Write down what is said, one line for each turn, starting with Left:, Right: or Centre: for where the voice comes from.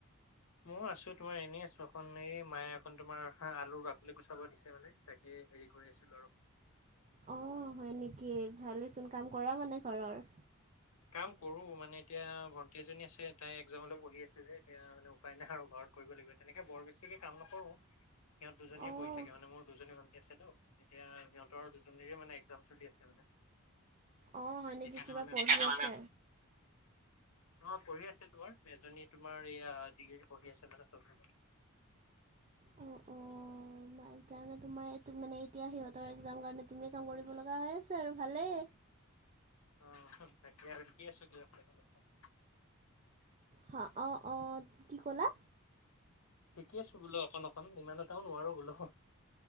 Left: মই আছো তোমাৰ এনেই আছো এখন এই মায়ে এখন তোমাৰ হা আলুৰ বাকলি গুচাব দিছে মানে তাকে হেৰি কৰি আছিলো আৰু
Right: অঁ হয় নেকি ভালেইচোন কাম কৰা মানে ঘৰৰ?
Left: কাম কৰো মানে এতিয়া ভণ্টি এজনী আছে তাই এক্জামলৈ পহি আছে যে এতিয়া মানে উপায় নাই আৰু ঘৰত। কৰিব লাগিব তেনেকে বৰ বেছিকে কাম নকৰোঁ সিহঁত দুজনীয়ে
Right: অঁ
Left: কৰি থাকে মানে মোৰ দুজনী ভণ্টি আছেতো। এতিয়া সিহঁতৰ দুজনীৰে মানে এক্জাম চলি আছে মানে।
Right: অ হয় নেকি
Left: সেইকাৰণে
Right: কিবা
Left: মানে
Right: পঢ়ি আছে?
Left: অ পঢ়ি আছে তোমাৰ এজনী তোমাৰয়া ডিগ্ৰী পঢ়ি আছে মানে চতু
Right: অ অ ভাল সেইকাৰণে তোমাৰ মানে এতিয়া সিহঁতৰ এ একযাম কাৰণে তুমি কাম কৰিব লগা হৈ আছে আৰু ভালেই।
Left: অ তাকেই আৰু শিকি আছো কিবা এটা অলপমান
Right: হাঁ অঁ অঁ কি ক'লা
Left: শিকি আছো বোলো অকণকণ ইমান এটাও নোৱাৰোঁ বোলো হো